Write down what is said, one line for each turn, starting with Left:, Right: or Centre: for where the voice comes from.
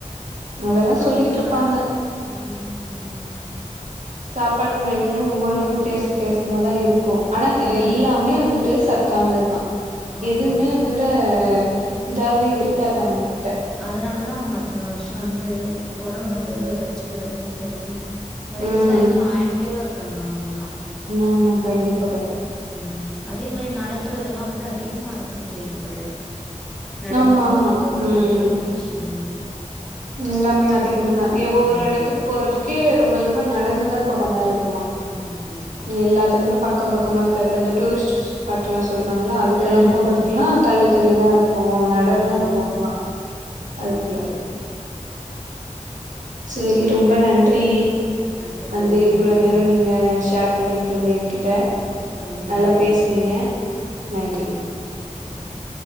Right: அதெல்லா
Centre: அவுங்களுக்கானா
Right: சொல்லிக்கிட்டு இருப்பாங்க
Centre: ம் ம் ம்
Right: சாப்பாடு முறைகளு ஒவ்வொன்னு வித்தியாச வித்தியாசமா தா இருக்கு ஆனா
Centre: ம்
Right: எல்லாமே வந்துட்டு ச தானது தா
Centre: ஆமா
Right: எதுவுமே
Centre: ஆமா
Right: வந்துட்ட இதாவே இருக்காது அவங்ககிட்ட
Centre: அதனாலதா அவங்க அத்தன வருஷ வந்து உடம்பு வந்து வச்சுக்கிறதுக்கு சரி வயசாயு
Right: ம்
Centre: ஆக்டிவா இருக்காங்க அவங்கல்லா
Right: ஆமா கண்டிப்
Centre: உம் அதே மாரி நடக்கறதெல்லா வந்து அதிகமா இருக்கும்ன்னு கேள்விப்பட்டிருக்க நடந்து
Right: ஆமா
Centre: போறது
Right: ஆமா
Centre: வர்றது
Right: ம்
Centre: எல்லா விஷயங்களுமே
Right: எல்லாமே அதிகம் தா எ ஒவ்வொரு
Centre: ம்
Right: எடத்துக்கு போறதுக்கே ரொம்ப தூர நடந்துதா போற மாரி இருக்குமா
Centre: ஆமா ஆமா ஆமா
Right: எல்லாத்துக்குமே பக்கம் பக்கமா இருக்க இப்போ இந்த டூரிஸ்ட் ஸ்பாட்லா சொல்றாங்களா அதுக்கெல்லா
Centre: ம்
Right: போறதுக்கெலா தள்ளி தள்ளி தா இருக் க்கு நடந்தா
Centre: ம்
Right: போவாங்களா அதுக்குள்ள
Centre: ம்
Right: சரி ரொம்ப நன்றி
Centre: நன்றி
Right: வந்து
Centre: தோழி
Right: இவ்வளோ
Centre: நன்றி
Right: நேரோ நீங்க ஷேர் பண்ணி ட்டது என்கிட்ட
Centre: நன்றி
Right: நல்லா
Centre: நன்றி
Right: பேசுனீங்க
Centre: தோழி சரிங்க
Right: நன்றி
Centre: தோழி ஓகே நன்றி